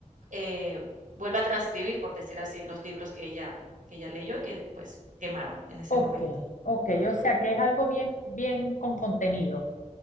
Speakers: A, on the right (about 80°); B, on the left (about 80°).
A: eh, vuelve a transcribir, por decir así, los libros que ella que ella leyó y que, pues, quemaron en ese
B: Ok,
A: momento.
B: ok, o sea que es algo bien, bien con contenido.